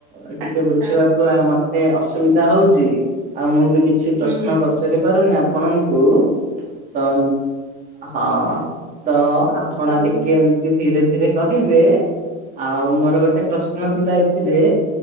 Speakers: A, on the right; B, on the right.
A: ଅ ଟିକେ
B: ଆଚ୍ଛା
A: ବୁଝିବାକୁ ଆଉ ମତେ ଅସୁବିଧା ହଉଚି ଆଉ ମୁଁ ବି କିଛି
B: ହୁଁ
A: ପ୍ରଶ୍ନ ପଚାରି ପାରୁନି ଆପଣଙ୍କୁ। ତ ଉଁ ହଁ ତ ଆପଣ
B: ଆଉ
A: ଟିକେ ଉଁ ଧୀରେ ଧୀରେ କହିବେ ଆଉ ମୋର ଗୋଟେ ପ୍ରଶ୍ ନଥିଲା ଏଥିରେ